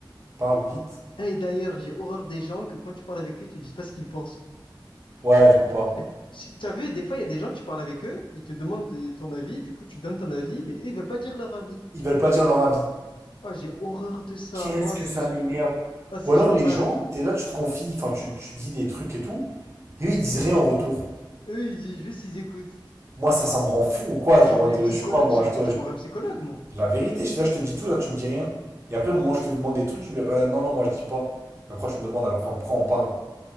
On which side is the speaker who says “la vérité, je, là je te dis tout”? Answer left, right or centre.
Right